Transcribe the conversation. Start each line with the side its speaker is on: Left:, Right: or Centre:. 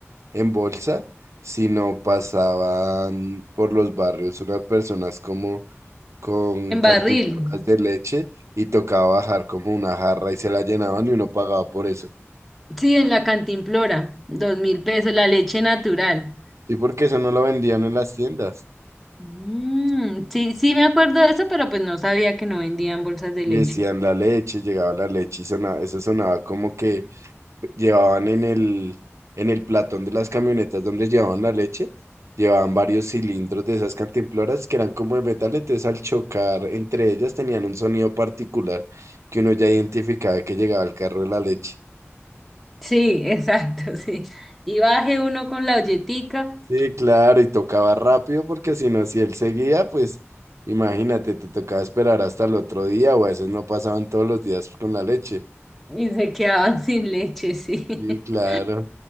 Right: en bolsa, sino pasaban por los barrios unas personas como con
Centre: en
Right: cantimploras
Centre: barril.
Right: de leche y tocaba bajar como una jarra y se la llenaban y uno pagaba por eso.
Centre: Sí, en la cantimplora, dos mil pesos, la leche natural.
Right: Sí, porque eso no lo vendían en las tiendas.
Centre: Mm, sí, sí me acuerdo de eso, pero pues no sabía que no vendían bolsas de
Right: Y
Centre: leche.
Right: decían la leche, llegaba la leche y sonaba, eso sonaba como que llevaban en el, en el platón de las camionetas donde llevaban la leche, llevaban varios cilindros de esas cantimploras que eran como de metal, entonces al chocar entre ellas tenían un sonido particular que uno ya identificaba que llegaba el carro de la leche.
Centre: Sí, <laughs> exacto, sí. Y bajé uno con la olletica
Right: Sí, claro, y tocaba rápido porque si no, si él seguía, pues imagínate, te tocaba esperar hasta el otro día o a veces no pasaban todos los días con la leche.
Centre: y se quedaban <laughs> sin leche, sí.
Right: Sí,
Centre: <laughs>
Right: claro.